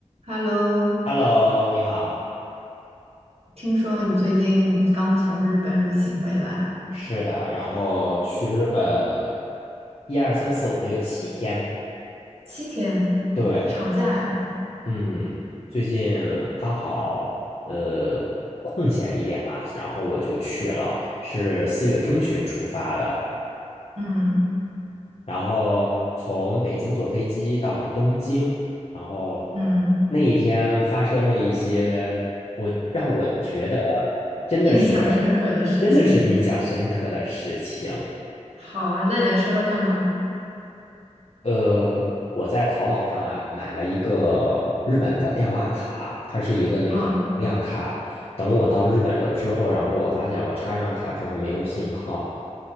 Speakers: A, on the right; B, on the left.
A: Hello，
B: Hello，你好。
A: 听说你最近刚从日本旅行回来，
B: 是的，然后去日本，一二三四五六七天。
A: 七天
B: 对，
A: 长假呀？
B: 嗯，最近刚好呃空闲一点嘛，然后我就去了，是四月中旬出发的，
A: 嗯
B: 然后从北京坐飞机到了东京，然后
A: 嗯，
B: 那一天发生了一些我让我觉得真的是
A: 印象深刻的事情。
B: 真的是印象深刻的事情。
A: <laughs> 好啊，那你来说说看吧。
B: 呃，我在淘宝上啊买了一个日本的电话卡，它是一个那个量卡。
A: 啊，
B: 等我到日本了之后，然后我发现我插上卡之后没有信号。